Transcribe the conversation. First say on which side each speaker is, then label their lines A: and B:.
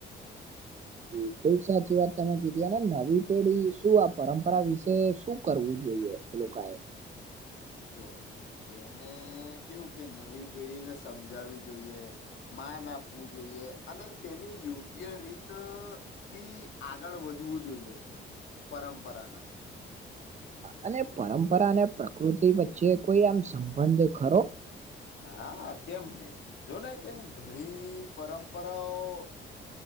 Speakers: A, on the right (about 35°); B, on the left (about 70°).
A: <inaudible> બિલકુલ સાચી વાત તમે કીધી ને નવી પેઢી શું આ પરંપરા વિશે શું કરવું જોઈએ એ લોકોકાએ
B: જો તેને કેવું કે નવી પેઢીને સમજાવી જોઈએ માન આપવું જોઈએ અને તેની યોગ્ય રીત થી આગળ વધ જોવું જોઈએ પરંપરાના
A: અને પરંપરા અને પ્રકૃતિ વચ્ચે કોઈ આમ સંબંધ ખરો
B: હા કેમ નહી જોને કેમ ઘણી પરંપરાઓ